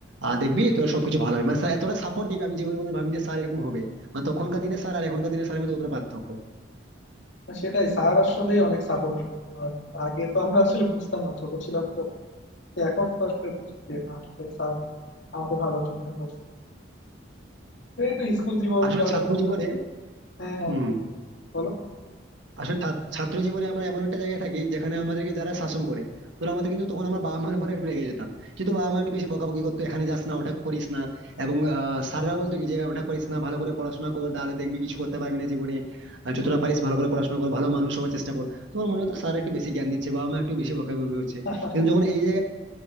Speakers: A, on the right; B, on the left.
A: আর দেখবি তোর সবকিছু ভালো হবে মানে স্যার এতটা সাপোর্টিভ আমি জীবনে কোনোদিন ভাবিনি যে স্যার এরকম হবে না তখনকার দিনে স্যার আর এখনকার দিনে স্যারের মধ্যে কতটা পার্থক্য
B: আর সেটাই স্যার আসলে অনেক সাপোর্টিভ আগে তো আমরা আসলে বুঝতাম না ছোট ছিলাম তো তো এখন তো আসলে বুঝি যে না আসলে স্যার আমাদের ভালোর জন্য করছে এই তো স্কুল জীবন
A: আসলে
B: বা
A: ছাত্র
B: তোমার
A: জীবনে
B: হ্যাঁ হ্যাঁ
A: হুম
B: হ্যাঁ বলো
A: আসলে ছাত্র ছাত্র জীবনে আমরা এমন একটা জায়গায় থাকি যেখানে আমাদেরকে যারা শাসন করে তোরা আমাদের কিন্তু তখন আমার বাবা মার উপরে একটু রেগে যেতাম কিন্তু বাবা মা একটু বেশি বকাবকি করতো এখানে যাস না ওটা করিস না এবং আহ, স্যাররা বলতো কি যে ওটা করিস না ভালো করে পড়াশোনা কর তাহলে দেখবি কিছু করতে পারবি না জীবনে আর যতটা পারিস ভালো করে পড়াশোনা কর ভালো মানুষ হওয়ার চেষ্টা কর তোমার মনে হতো স্যার একটু বেশি জ্ঞান দিচ্ছে বাবা মা একটু বেশি বকাবকি হচ্ছে
B: <laughs>
A: কিন্তু যখন এই জায়গায়